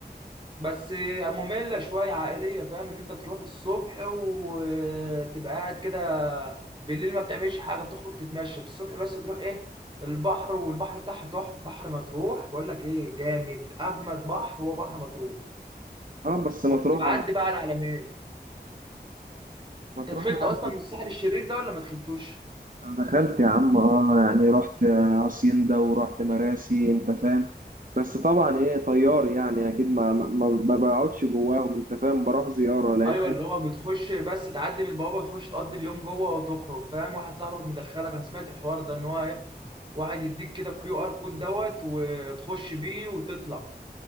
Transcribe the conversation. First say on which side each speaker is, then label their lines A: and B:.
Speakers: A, on the right; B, on the right.
A: بس مملة شوية عائلية فاهم ان انت تروح الصبح وتبقى قاعد كده بالليل ما بتعملش حاجة بتخرج تتمشى بالصبح بس تروح ايه البحر والبحر بتاعها تحفة بحر مطروح بقول لك ايه جامد اجمد بحر هو بحر مطروح
B: اه بس مطروح
A: فكنت بعدي بقى على العلمين
B: مطروح
A: انت دخلت
B: يعني
A: اصلا الساحل الشرير ده ولا ما دخلتوش
B: أنا دخلت يا عم اه يعني رحت هاسيندا ورحت مراسي انت فاهم بس طبعا ايه طيار يعني اكيد ما ما, ما ما بقعدش جواهم انت فاهم بروح زياره لان
A: ايوه اللي هو بتخش بس تعدي من البوابه تخش تقضي اليوم جوه وتخرج فاهم واحد صاحبك مدخلك انا سمعت الحوار ده ان هو ايه واحد يديك كده كيو ار كود دوت وتخش بيه وتطلع